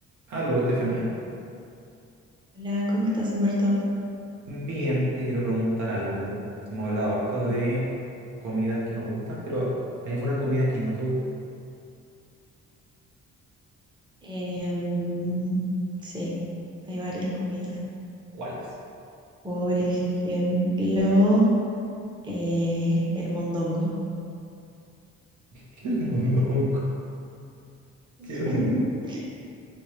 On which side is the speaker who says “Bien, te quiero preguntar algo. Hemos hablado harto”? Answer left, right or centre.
Right